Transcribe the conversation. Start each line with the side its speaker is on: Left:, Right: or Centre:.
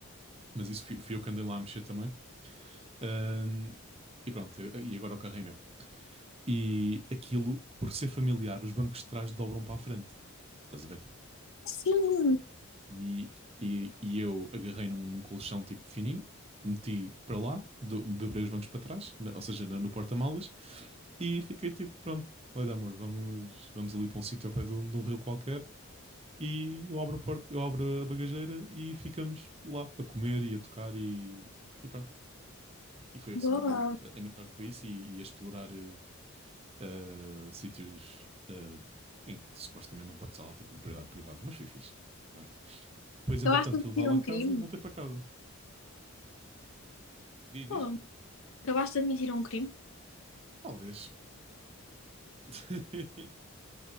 Right: mas isso fui, fui eu que andei lá a mexer também. Ahm, e pronto, eu- e agora o carro é meu. E aquilo, por ser familiar, os bancos de trás dobram para a frente, estás a ver?
Left: Sim,
Right: E, e, e eu agarrei num, num colchão tipo fininho, meti para lá, do, dobrei os bancos para trás, ou seja, no, no porta-malas, E fiquei tipo, pronto, olha amor, vamos, vamos ali para um sítio ao pé de um, de um rio qualquer e eu abro a porta, eu abro a bagageira e ficamos lá a comer e a tocar e, e pronto. E foi esse
Left: boa.
Right: o meu dia. A minha tarde foi isso e, e a explorar eh, eh, sítios eh, em que supostamente não pode estar lá ter propriedade privada, mas foi fixe. Pronto. Depois, entretanto,
Left: Acabaste de
Right: fui
Left: admitir
Right: levar lá
Left: um
Right: a casa
Left: crime?
Right: e voltei para casa. Diz, diz?
Left: Boa. Acabaste de admitir um crime?
Right: Talvez. <laughs>